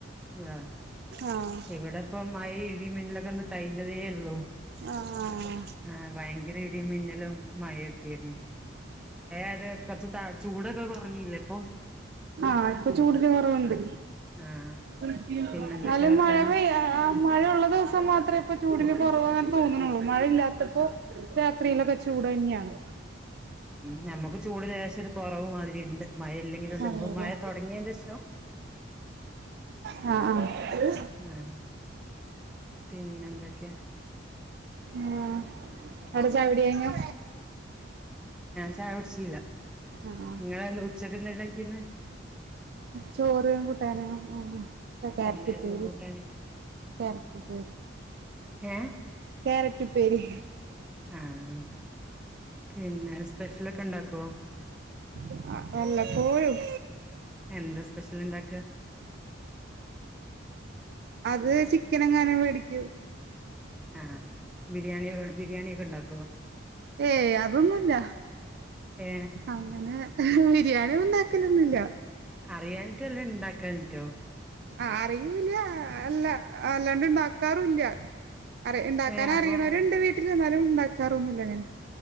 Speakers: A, in the centre; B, on the right (about 55°).
A: <unintelligible>
B: ആഹ്
A: ഇവിടെ ഇപ്പം മഴ ഇടീം മിന്നലൊ കഴിഞ്ഞതേയുള്ളു.
B: ആഹ്
A: ആ ഭയങ്കര ഇടി മിന്നലും മഴ <unintelligible> ആയത് കുറച്ച് ത ചൂടൊക്കെ കുറഞ്ഞില്ലേ ഇപ്പൊ
B: ആഹ ആഹ ഇപ്പൊ ചൂടിന് കുറവുണ്ട്
A: ആ
B: ന്നാലും
A: പിന്നെ എന്തൊക്കെയാ വർത്താനം
B: മഴപെയ്യാൻ മഴയ ഉള്ള ദിവസം മാത്രമേ ചൂടിന് കുറവ് തോന്നുന്നുള്ളൂ, മഴയില്ലാത്തപ്പോ രാത്രിയിലൊക്കെ ചൂട് തന്നെയാണ്.
A: ഞമ്മക്ക് ചൂട് ലേശം ഒരു കുറവ് മാതി ഇണ്ട് മഴ ഇല്ലെങ്കിലും ഉള്ള
B: അതെല്ലേ
A: ഇപ്പൊ മഴ തുടങ്ങിയഷോ
B: ആഹ ആഹ
A: ആഹ് പിന്നെ എന്തൊക്കെയാ?
B: ആ അവിടെ ചായോടി കഴിഞ്ഞോ?
A: ചായോടിച്ചീല്ല
B: ആഹ്
A: <unintelligible> ഉച്ചക്കെന്താ ഇണ്ടാക്കിരുന്നേ
B: ചോറും കൂട്ടാന <unintelligible> കാരറ്റ്
A: എന്തായിരുന്നു
B: ഉപ്പേരി.
A: കൂട്ടാന്
B: കാരറ്റ് ഉപ്പേരി
A: ഏ
B: കാരറ്റ് ഉപ്പേരി
A: ആഹ് പിന്നെ <unintelligible> ഉണ്ടാക്കോ
B: <unintelligible> അല്ല <unintelligible>
A: എന്താ സ്പെഷ്യൽ ഇണ്ടാക്ക
B: അത് ചിക്കനെങ്ങാനും മേടിക്കു
A: ആഹ് <unintelligible> ബിരിയാണി ഉണ്ടാക്കോ
B: ഏയ് അതൊന്നുമല്ല
A: ഏ
B: അങ്ങനെ <unintelligible> ബിരിയാണിയ ഉണ്ടാക്കലൊന്നുല്ല
A: അറിയാനിട്ടും അല്ല ഉണ്ടാക്കാൻ <unintelligible>
B: ആ അറിയൂല്ല അല്ല അല്ലാണ്ട് ഉണ്ടാകാറുവില്യ അറി ഇണ്ടാക്കാറിയണവരുണ്ട്
A: ഏ അപ്പൊ
B: വീട്ടില് എന്നാലും ഉണ്ടാക്കാറൊന്നുല്ല അങ്ങനെ